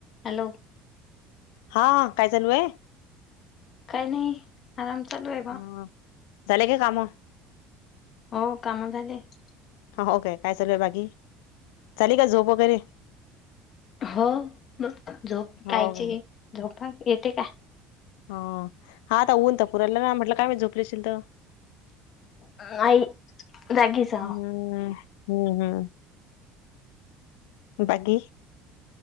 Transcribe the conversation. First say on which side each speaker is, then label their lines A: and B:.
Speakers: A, on the left; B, on the left.
A: Hello.
B: हा काय चालू आहे
A: काय नाही? आराम चालू आहे बा
B: हा झाले काय काम
A: हो काम झालित.
B: हा ओके काय चालू आहे बाकी झाली का झोप वगैरे?
A: हो मग झोप
B: हो
A: कायची
B: काय
A: झोपा येते का?
B: ह हा आता ऊन तर पुराला ना म्हटलं काय मी झोपलेशील तर.
A: नाही जागीच आहे.
B: हम्म हम्म हम्म बाकी.